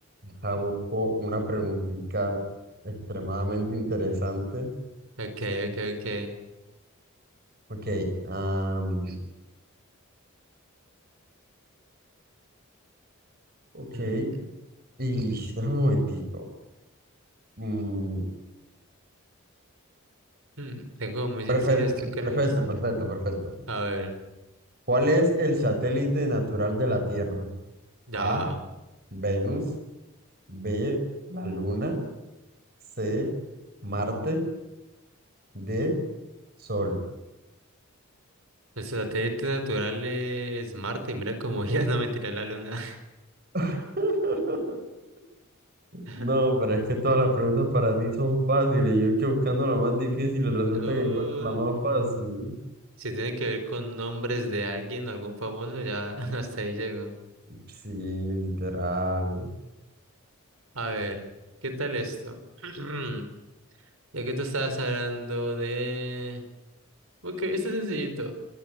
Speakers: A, on the right; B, on the right.
A: Ya busco una preguntita extremadamente interesante.
B: Ok, ok, ok.
A: Ok, am, ok.
B: Mm.
A: Y déjame un momentico. Mm,
B: Mm, tengo muy sencillas,
A: perfecto,
B: ¿tú crees?
A: perfecto, perfecto, perfecto.
B: A ver,
A: ¿Cuál es el satélite natural de la Tierra?
B: ya.
A: A, Venus, B, la Luna, C, Marte, D, Sol.
B: Nuestro satélite natural es Marte y mira cómo <laughs> ya no mentira la luna.
A: <laughs>
B: <laughs>
A: No, pero es que todas las preguntas para ti son fáciles. Yo que buscando la más difícil y resulta
B: No,
A: que encuentro la más fácil.
B: si tiene que ver con nombres de alguien, algún famoso, ya <laughs> hasta ahí llego.
A: Sí, literal.
B: A ver, ¿qué tal esto? <clears throat> Ya que tú estabas hablando de... Ok, esto es sencillito,